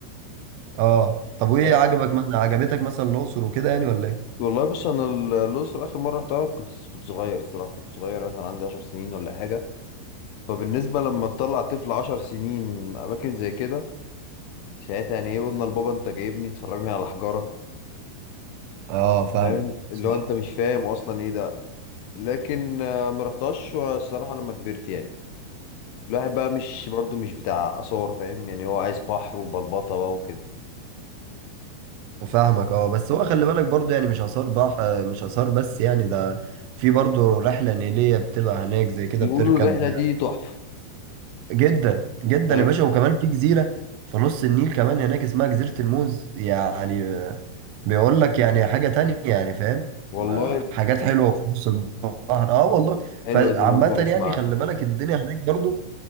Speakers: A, on the right; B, on the left.
A: اه طب وإيه
B: آه،
A: عجبك مثلا عجبتك مثلا الأقصر وكده يعني ولا إيه؟
B: والله بص انا ال- الاقصر اخر مره رحتها كنت كنت صغير الصراحه كنت صغير مثلا عندي 10 سنين ولا حاجه فبالنسبه لما تطلع طفل 10 سنين اماكن زي كده ساعتها يعني ايه قلنا لبابا انت جايبني تفرجني على حجاره
A: اه فاهمك
B: فاهم اللي
A: صح
B: هو انت مش فاهم اصلا ايه ده لكن آه، ما رحتهاش الصراحه لما كبرت يعني الواحد بقى مش برضه مش بتاع اثار فاهم يعني هو عايز بحر وبلبطه بقى وكده
A: فاهمك اه بس هو خلي بالك برضو يعني مش آثار بح مش آثار بس يعني ده في برضو رحلة نيلية بتبقى هناك زي كده
B: بيقولوا
A: بتركب
B: الرحله دي تحفه
A: جدا جدا
B: أيوة
A: يا باشا وكمان في جزيرة في نص النيل كمان هناك اسمها جزيرة الموز يعني آه، بيقول لك يعني حاجة تانية يعني فاهم
B: والله
A: آه، حاجات حلوة في نص البحر اه والله
B: حلوة
A: فعامة
B: دي أنا أول مرة أسمع
A: يعني
B: عنها
A: خلي بالك الدنيا هناك برضو